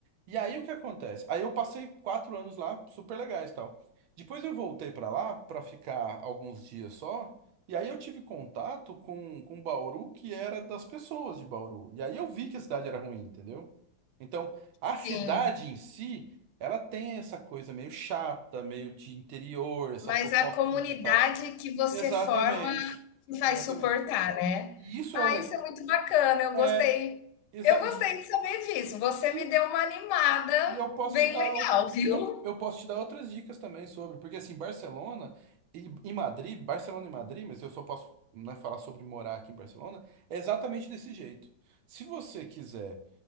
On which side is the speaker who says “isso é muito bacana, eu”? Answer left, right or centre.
Left